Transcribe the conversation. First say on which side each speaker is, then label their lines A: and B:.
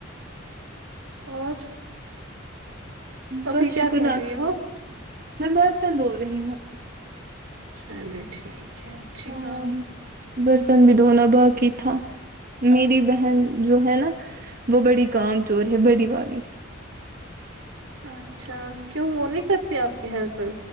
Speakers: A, on the right; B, on the right.
A: اور ابھی
B: بس
A: کیا
B: شکر
A: کر رہی ہو
B: میں برتن دو رہی ہوں
A: چلیے ٹھیک کھیت چ
B: ہاں
A: کا
B: برتن بھی دھونا باقی تھا میری بہن جو ہے نا وہ بڑی کام چور ہے بڑی والی
A: اچھا کیوں وہ نہیں کرتی آپ کی ہیلپ